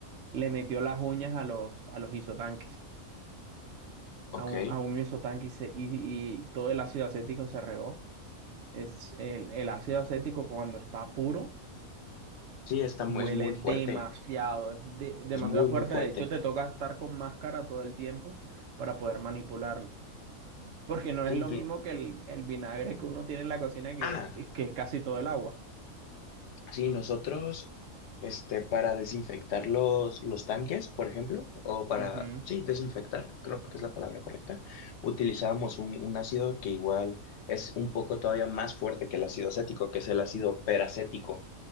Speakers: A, on the right; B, on the left.
A: le metió las uñas a los, a los isotanques,
B: ok.
A: a un, a un isotanque y, se- y y todo el ácido acético se regó. Es el, el ácido acético cuando está puro
B: Sí, está, mu-
A: huele
B: es muy
A: demasiado,
B: fuerte,
A: es de- demasiado
B: es muy,
A: fuerte.
B: muy fuerte.
A: De hecho, te toca estar con máscara todo el tiempo para poder manipularlo. Porque no es lo
B: Inclu-
A: mismo que el, el vinagre que uno tiene en la cocina que,
B: ah,
A: que es casi todo el agua.
B: Sí, nosotros, este, para desinfectar los, los tanques, por ejemplo, o para,
A: Ujú,
B: sí, desinfectar, creo que es la palabra correcta, utilizábamos un, un ácido que igual es un poco todavía más fuerte que el ácido acético, que es el ácido peracético.